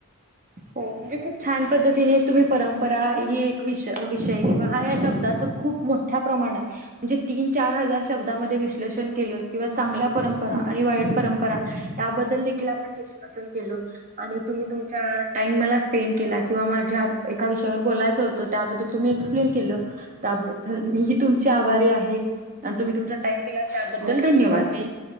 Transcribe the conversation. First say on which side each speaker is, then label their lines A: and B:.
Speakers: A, on the right (about 35°); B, on the right (about 80°).
A: हो म्हणजे खूप छान पद्धतीने तुम्ही परंपरा ही एक वि विषय किंवा हा या शब्दाच खूप मोठ- मोठ्या प्रमाणात म्हणजे तीन चार हजार शब्दामध्ये विश्लेषण केलं किंवा चांगल्या परंपरा आणि वाईट परंपरा त्याबद्दल देखील आपण डिस्कशन केलो आणि तुम्ही तुमच्या टाईम मला स्पेंड केला किंवा माझ्या एका विषयावर बोलायचं होतं त्याबद्दल तुम्ही एक्सप्लेन केलं. त्याबद्दल मी ही तुमची आभारी आहे आणि तुम्ही तुमचा टाइम दिला त्याबद्दल
B: होय
A: धन्यवाद.
B: हो मी